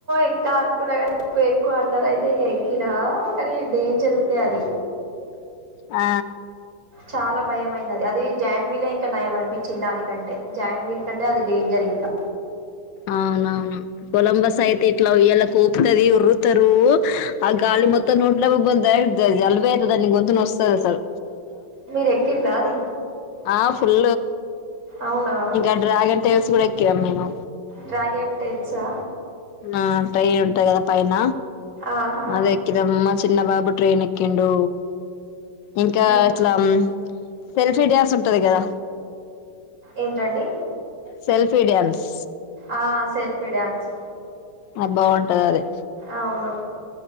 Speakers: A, on the right (about 55°); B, on the left (about 85°).
A: ఎక్క అనుకున్నా కానీ ఎక్కు ఎక్కు అన్నారు అయితే ఇగ ఎక్కినా కానీ డేంజర్ ఉండే అది
B: ఆ
A: చాలా భయమైంది అది జాయింట్ వీలే ఇంకా నయం అనిపించింది దానికంటే జాయింట్ వీల్ కంటే అది డేంజర్ ఇంకా
B: అవునవును కొలంబస్ అయితే ఇట్లా ఉయ్యాలెక్క ఊపుతది ఒరుతరు ఆ గాలి మొత్తం నోట్లకి పోయి <unintelligible> జ జలుబైతే <unintelligible> గొంతు నోస్తది అసల్
A: మీరు ఎక్కిన్రా అది
B: ఆహ్ ఫుల్
A: అవునా
B: ఇంకా డ్రాగన్ ట్రైన్స్ కూడా ఎక్కినం మేము
A: డ్రాగన్ ట్రైన్సా
B: ఆహ్ ట్రైన్ ఉంటది కద పైన
A: ఆహా
B: అదే ఎక్కినం మా చిన్నబాబు ట్రైన్ ఎక్కిం డు ఇంకా
A: ఉమ్,
B: ఇట్లా ఆమ్ సెల్ఫీ డ్యాన్స్ ఉంటది కదా
A: ఏంటండి
B: సెల్ఫి డ్యాన్స్
A: ఆ సెల్ఫి డ్యాన్స్
B: ఆది బాగుంటది అది
A: అవును